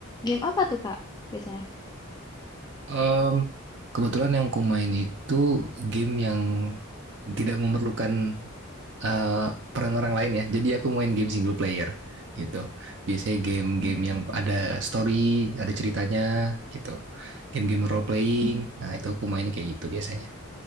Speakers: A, on the left; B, on the right.
A: game apa tuh Kak biasanya?
B: Em, kebetulan yang aku main itu game yang tidak memerlukan eh, peran orang lain ya. Jadi aku main game single player gitu. Biasanya game-game yang ada story, ada ceritanya gitu. Game-game role playing. Nah, itu aku mainnya kayak gitu biasanya.